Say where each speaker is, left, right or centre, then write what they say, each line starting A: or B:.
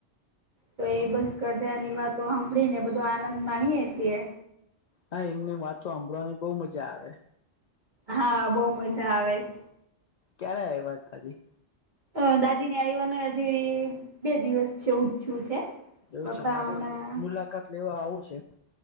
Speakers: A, on the right; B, on the left.
A: તો એ બસ કઢ્યાની વાતો સાંભળી ને બધો આનંદ માણીએે છીએ.
B: હા એમને વાતો સાંભળવાની બહુ મજા આવે.
A: હા બહુ મજા આવે છે.
B: ક્યારે આઇવા દાદી?
A: હ દાદી ની આયવાનોજે બે દિવસ જેવું થયું છે.
B: એવું
A: પપ્પા
B: છે મારે
A: હમણાં
B: <inaudible> લેવા આવું છે?